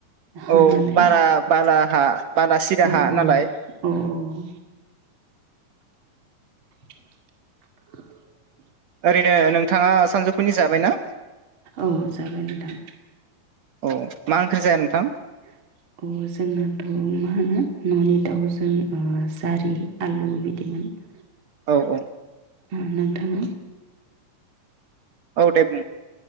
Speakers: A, on the right (about 40°); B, on the right (about 65°).
A: हा
B: औ
A: नालाय
B: बारा बाला हा बाला सिरा
A: अ औ
B: हा
A: औ
B: नालाय
A: औ औ। <unintelligible>
B: ओरैनो नोंथाङा सानजौफुनि जाबाय ना?
A: औ जाबाय नोंथां
B: औ, मा ओंख्रि जाया नोंथां?
A: <unintelligible> अ जोंनाथ' मा होनो न'नि दाउजों ओ जारि आलु बिदिमोन। <unintelligible>
B: औ औ।
A: उम नोंथां।
B: औ दे बुं।